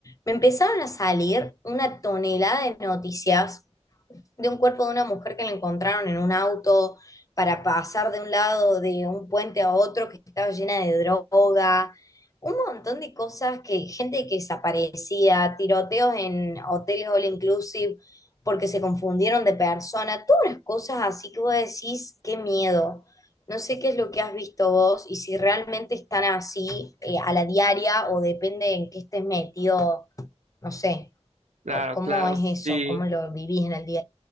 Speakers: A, on the left; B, on the right.
A: me empezaron a salir una tonelada de noticias de un cuerpo de una mujer que le encontraron en un auto para pasar de un lado de un puente a otro que estaba llena de droga, un montón de cosas que gente que desaparecía, tiroteos en hoteles all inclusive porque se confundieron de persona, todas las cosas así que vos decís, qué miedo. No sé qué es lo que has visto vos y si realmente están así eh, a la diaria o depende en qué estés metido, no sé,
B: Claro,
A: co- cómo
B: claro,
A: es
B: sí.
A: eso, cómo lo vivís en el día.